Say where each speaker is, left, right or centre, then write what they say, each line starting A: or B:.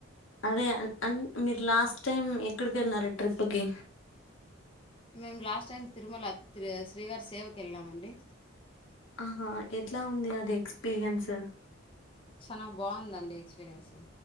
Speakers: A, on the left (about 75°); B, on the left (about 25°).
A: అదే అన్ మీరు లాస్ట్ టైం ఎక్కడికి వెళ్ళినార ట్రిప్ కి
B: మేము లాస్ట్ టైం తిరుమల త్రి శ్రీవారి సేవకు వెళ్ళామండి
A: ఆహా ఎట్లా ఉంది అది ఎక్స్పీరియన్స్
B: చానా బావుందండి ఎక్స్పీరియన్స్